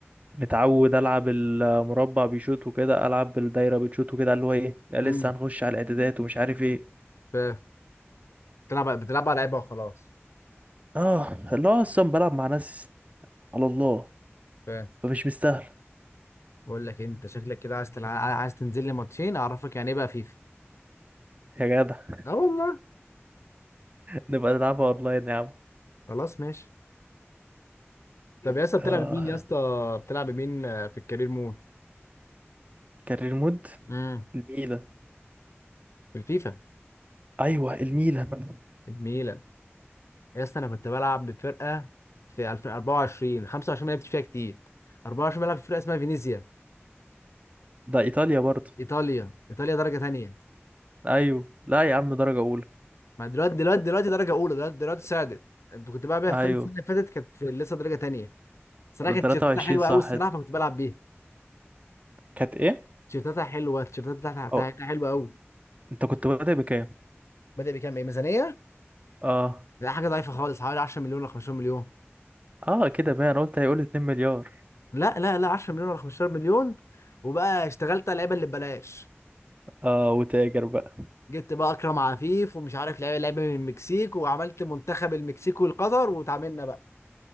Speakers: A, on the right; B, on the left.
A: متعود العب المربع بيشوط وكده العب بالدايره بتشوط وكده اللي هو ايه لا لسه
B: امم
A: هنخش على الاعدادات ومش عارف ايه
B: فاهم بتلعب بتلعب على لعيبه وخلاص
A: اه اللي هو اصلا بلعب مع ناس على الله
B: فاهم
A: فمش مستاهل
B: بقول لك إيه، انت شكلك كده عايز تلعب عايز تنزل لي ماتشين اعرفك يعني ايه بقى فيفا
A: يا جدع <laughs>
B: اه والله
A: نبقى نلعبها اونلاين يا عم
B: خلاص ماشي طب يا اسطى بتلعب
A: اه
B: مين يا اسطى بتلعب مين آه، في الكارير مود
A: كارير مود
B: امم
A: الميلان
B: في الفيفا
A: ايوه الميلان
B: الميلان يا اسطى انا كنت بلعب بفرقه في 2024 25 ما لعبتش فيها كتير 24 بلعب في فرقه اسمها فينيسيا
A: ده ايطاليا برضه
B: ايطاليا ايطاليا درجه تانية
A: ايوه لا يا عم درجه اولى
B: ما دلوقتي دلوقتي دلوقتي درجه اولى دلوقتي دلوقتي صعدت كنت بلعب بيها فين
A: ايوه
B: السنه اللي فاتت كانت في لسه درجه تانية صراحه
A: ده
B: كانت
A: 23
B: تيشيرتاتها حلوه
A: صح
B: قوي الصراحه فكنت بلعب بيها
A: كانت ايه
B: تيشيرتاتها حلوه التيشيرتات بتاعتها بتاعتها
A: اه
B: حلوه قوي
A: انت كنت بادئ بكام
B: بادئ بكام ايه ميزانيه
A: اه
B: لا حاجه ضعيفه خالص حوالي 10 مليون ولا 15 مليون
A: اه كده بقى انا قلت هيقول 2 مليار
B: لا لا لا 10 مليون ولا 15 مليون وبقى اشتغلت على اللعيبه اللي ببلاش
A: اه وتاجر بقى
B: جبت بقى اكرم عفيف ومش عارف لعيبه لعيبه من المكسيك وعملت منتخب المكسيك والقطر وتعاملنا بقى